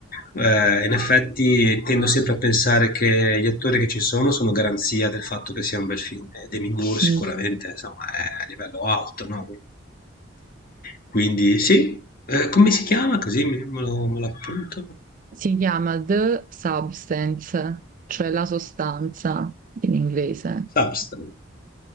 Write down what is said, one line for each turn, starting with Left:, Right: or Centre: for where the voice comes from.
Left: eh, in effetti tendo sempre a pensare che gli attori che ci sono sono garanzia del fatto che sia un bel film. E Demi Moore sicuramente,
Right: Mm.
Left: insomma, è a livello alto, no? Quindi sì, ehm, come si chiama così me me lo me lo appunto?
Right: Si chiama The Substance, cioè la sostanza in inglese.
Left: Substack.